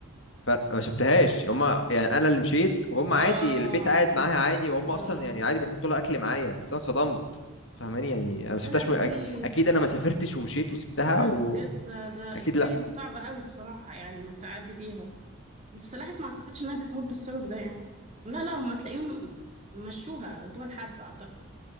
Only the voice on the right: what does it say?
اه
اه
يا لهوي
يا لهوي
بجد ده ده اكسبيرينس
صعبه قوي بصراحه يعني انك تعدي بيها بس سلاحف ما اعتقدش انها بتموت بالسبب ده يعني لا لا هم تلاقيهم مشوها ادوها لحد اعتقد